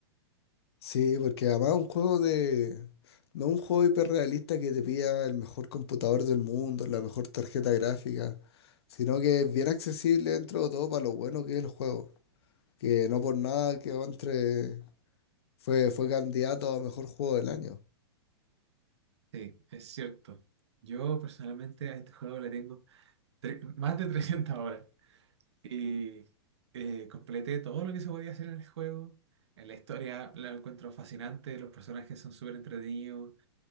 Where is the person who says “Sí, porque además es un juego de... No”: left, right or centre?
Left